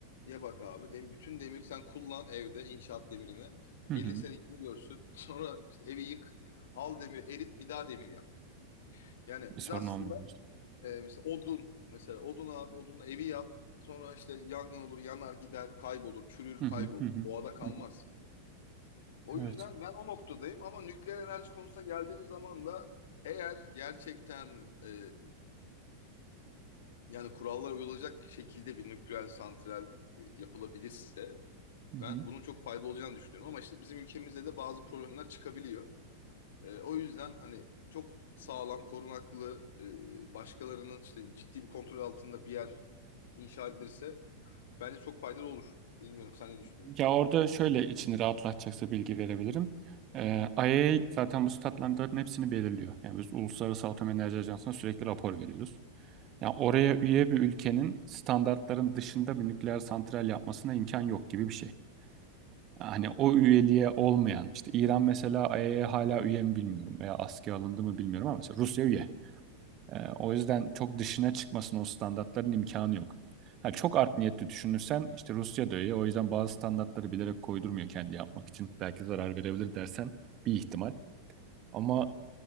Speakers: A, on the left (about 60°); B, on the right (about 35°).
A: ya bak abi. Dem bütün demir sen kullan evde inşaat demirini.
B: Hı
A: 50
B: hı.
A: sene ikini görsün. <laughs> Sonra işte evi yık. Al demir erit bir daha demir yap. Yani
B: Bir
A: biz
B: sorun
A: aslında
B: olmuyor. diyorsun.
A: e, mesela odun mesela odun abi odunla evi yap. Sonra işte yangın olur yanar gider kaybolur çürür
B: Hı hı
A: kaybolur.
B: hı hı.
A: Doğada kalmaz.
B: hı hı.
A: O yüzden
B: Evet.
A: ben o noktadayım ama nükleer enerji konusuna geldiğimiz zaman da eğer gerçekten e, yani kurallara uyulacak şekilde bir nükleer santral e, yapılabilirse
B: Hı hı.
A: ben bunun çok faydalı olacağını düşünüyorum. Ama işte bizim ülkemizde de bazı problemler çıkabiliyor. E, o yüzden hani çok sağlam, korunaklı, e, başkalarının işte ciddi bir kontrol altında bir yer inşa edilirse bence çok faydalı olur. Bilmiyorum sen ne düşünüyorsun?
B: Ya orada şöyle içini rahatlatacaksa bilgi verebilirim. Ee, IAEA zaten bu statlandırların hepsini belirliyor. Yani biz Uluslararası Atom Enerji Ajansı'na sürekli rapor veriyoruz. Yani oraya üye bir ülkenin standartların dışında bir nükleer santral yapmasına imkan yok gibi bir şey. Hani o üyeliğe olmayan, işte İran mesela IAEA hala üye mi bilmiyorum veya askıya alındı mı bilmiyorum ama mesela Rusya üye. Ee, o yüzden çok dışına çıkmasının o standartların imkanı yok. Ha, çok art niyetli düşünürsen işte Rusya da öyle. O yüzden bazı standartları bilerek koydurmuyor kendi yapmak için. Belki zarar verebilir dersen bir ihtimal. Ama